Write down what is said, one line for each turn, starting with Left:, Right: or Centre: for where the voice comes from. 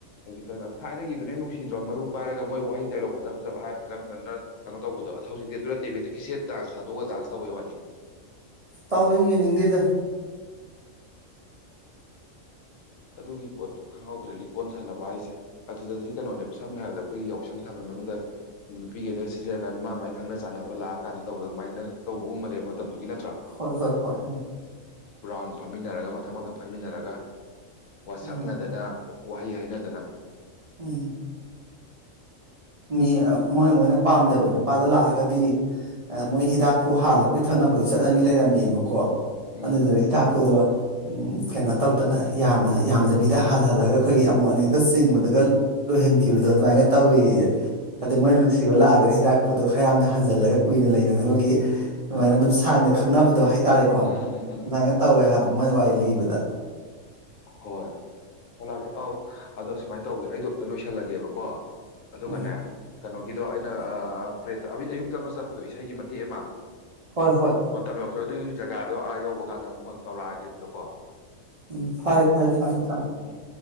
Left: ꯍꯧꯖꯤꯛꯀꯥꯟꯅ ꯊꯥꯏꯅꯒꯤꯗꯨꯅꯦ ꯅꯨꯡꯁꯤꯗ꯭ꯔꯣ ꯃꯔꯨ ꯄꯥꯏꯔꯒ ꯃꯣꯏ ꯋꯥꯍꯩ ꯗꯥꯏꯂꯣꯛ ꯐꯖ ꯐꯖꯕ ꯍꯥꯏꯔ ꯐꯖ ꯐꯖꯅ ꯀꯩꯅꯣ ꯇꯧꯕꯗꯣ ꯑꯗ ꯍꯧꯖꯤꯛꯇꯤ ꯑꯗꯨꯅ ꯇꯦꯕꯤꯗ ꯀꯤꯁꯦꯠ ꯗꯥꯟꯁ ꯊꯥꯗꯣꯛꯑꯒ ꯗꯥꯟꯁ ꯇꯧꯦ ꯋꯥꯅꯤ
Right: ꯇꯧꯋꯦ ꯌꯦꯡꯅꯤꯡꯗꯦꯗ
Left: ꯑꯗꯨꯒꯤ ꯄꯣꯠꯇꯣ ꯈꯪꯍꯧꯗ꯭ꯔꯦ ꯂꯤꯛꯀꯣꯟ ꯁꯥꯟꯅꯕ ꯍꯥꯏꯁꯦ ꯑꯗꯨꯗꯗꯤ ꯀꯩꯅꯣꯅꯦꯕ ꯁꯝꯅ ꯍꯥꯏꯔꯕꯗ ꯑꯩꯈꯣꯏ ꯌꯥꯎꯁꯪ ꯊꯥꯕ ꯃꯅꯨꯡꯗ ꯅꯨꯄꯤꯒꯩꯅꯒ ꯁꯤꯟꯖꯔꯀꯥꯟꯗ ꯃꯥ ꯃꯥꯏ ꯈꯪꯅ ꯆꯥꯟꯅꯕ ꯂꯥꯛꯑꯀꯥꯟꯗ ꯇꯧꯕꯗ ꯑꯗꯨꯃꯥꯏꯅ ꯇꯧꯕꯒꯨꯝꯕꯅꯦꯕ ꯃꯇꯝꯗꯨꯒꯤ ꯅꯠꯇ
Right: ꯍꯣꯏ ꯍꯣꯏ ꯍꯣꯏ ꯎꯝ
Left: ꯔꯥꯎꯟ ꯐꯝꯃꯤꯟꯅꯔꯒ ꯃꯊꯪ ꯃꯊꯪ ꯐꯝꯃꯤꯟꯅꯔꯒ ꯋꯥꯁꯛꯅꯗꯅ
Right: ꯎꯝ
Left: ꯋꯥꯍꯩ ꯍꯥꯏꯅꯗꯅ
Right: ꯎꯝ ꯃꯤ ꯃꯣꯏ ꯃꯣꯏꯅ ꯄꯥꯝꯗꯕꯅ ꯃꯄꯥꯗ ꯂꯥꯛꯑꯒꯗꯤ ꯃꯣꯏ ꯍꯤꯗꯥꯛꯐꯨ ꯍꯥꯜꯂꯒ ꯄꯤꯊꯛꯅꯕꯒꯤ ꯆꯠꯅꯕꯤ ꯂꯩꯔꯝꯃꯦꯕꯀꯣ
Left: ꯎꯝ
Right: ꯑꯗꯨꯗꯨꯅꯤ ꯇꯥꯛꯄꯗꯣ ꯀꯩꯅꯣ ꯇꯧꯗꯅ ꯌꯥꯝꯅ ꯌꯥꯝꯗꯕꯤꯗ ꯍꯜꯍꯜꯂꯒ ꯑꯩꯈꯣꯏꯒꯤ ꯑꯃꯨꯣꯠ ꯑꯅꯀ ꯆꯤꯡꯕꯗꯒ ꯂꯣꯏꯍꯟꯈꯤꯕꯗꯣ ꯑꯗꯨꯃꯥꯏꯅ ꯇꯧꯋ
Left: ꯎꯝ
Right: ꯑꯗꯨꯗ ꯃꯣꯏꯅꯨꯡꯁꯤꯕꯂꯦ ꯀ ꯍꯤꯗꯥꯛ ꯄꯣꯠꯇꯣ ꯈꯔ ꯌꯥꯝꯅ ꯍꯟꯖꯤꯜꯂꯒ ꯀꯨꯏꯅꯅꯕꯒꯤ
Left: ꯎꯝ
Right: ꯃꯥꯏꯅ ꯑꯗꯨ ꯁ ꯈꯪꯅꯕꯗꯣ ꯍꯥꯏ ꯍꯥꯏꯇꯥꯥꯔꯦꯀꯣ
Left: ꯎꯝ ꯎꯝ ꯎꯝ ꯎꯝ
Right: ꯑꯗꯨꯃꯥꯏꯅ ꯇꯧꯋꯦ ꯍꯥꯏꯕ ꯃꯣꯏꯅ ꯋꯥꯔꯤ ꯒꯤꯕꯗ
Left: ꯍꯣꯏ ꯍꯒꯦ ꯑ ꯑꯗꯣ ꯁꯨꯃꯥꯏꯅ ꯇꯧꯒꯦ ꯑꯩꯗꯣꯞꯇ ꯂꯣꯏꯁꯜꯂꯒꯦꯕꯀꯣ ꯑꯗꯨꯒꯅꯦ
Right: ꯎꯝ
Left: ꯀꯩꯅꯣꯒꯤꯗꯣ ꯑꯩꯅ ꯄ꯭ꯔꯦꯠꯇ ꯑꯌꯨꯛ ꯇꯞ ꯑꯃ ꯆꯠꯄꯗꯨꯣ ꯏꯁꯩꯒꯤ ꯃꯇꯦꯛ ꯑꯃ
Right: ꯍꯣꯏ ꯍꯣꯏ
Left: ꯃꯇꯝ ꯌ ꯑꯗꯨꯒꯤ ꯖꯒꯥꯗꯣ ꯑꯥ ꯌꯧꯕ ꯀꯥꯟꯗ ꯑꯃꯨꯛ ꯐꯣꯟ ꯇꯧꯔꯛꯑꯒꯦ ꯑꯗꯨꯗꯀꯣ
Right: ꯎꯝ ꯐꯔꯦ ꯐꯔꯦ ꯊꯝꯃꯦ ꯊꯝꯃꯦ
Left: ꯎꯝ